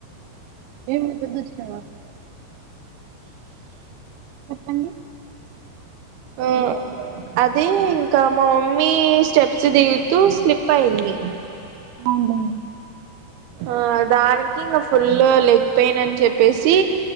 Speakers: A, on the right; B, on the right.
A: ఏమి ఇబ్బంది వచ్చిన చెప్పండి
B: ఆ అదే ఇంకా మా మమ్మీ స్టెప్స్ దిగుతూ స్లిప్ అయింది
A: అవునవును
B: ఆ దానికి ఇంకా ఫుల్ లెగ్ పెయిన్ అని చెప్పేసి